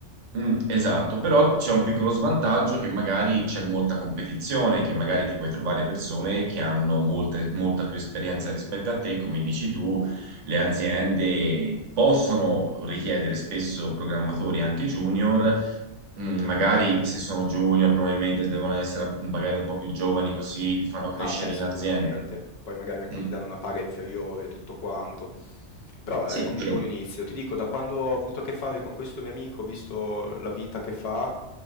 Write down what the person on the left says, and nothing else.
Ah beh,
sicuramente,
poi magari anche
gli danno una paga inferiore, tutto quanto. Però
eh, è comunque
un inizio. Ti dico, da quando ho avuto a che fare con questo mio amico, ho visto la vita che fa,